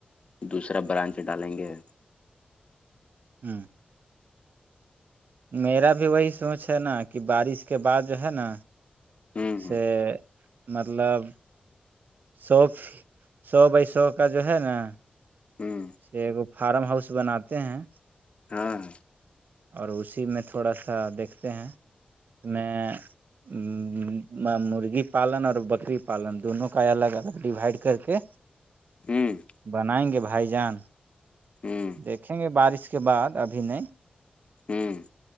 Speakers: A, on the left; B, on the right.
A: دوسرا برانچ ڈالیں گے
B: ہوں میرا بھی وہی سوچ ہے نا کہ بارش کے بعد جو ہے نا
A: ہ ہ
B: سے مطلب سو سو بائی سو کا جو ہے نا
A: ہوں
B: سے ایک فارم ہاؤس بناتے ہیں
A: ہاں
B: اور اسی میں تھوڑا سا دیکھتے ہیں میں مرغی پالن اور بکری پالن دونوں کا الگ الگ ڈوائڈ کر کے
A: ہوں
B: بنائیں گے بھائی جان
A: ہ
B: دیکھیں گے بارش کے بعد ابھی نہیں
A: ہوں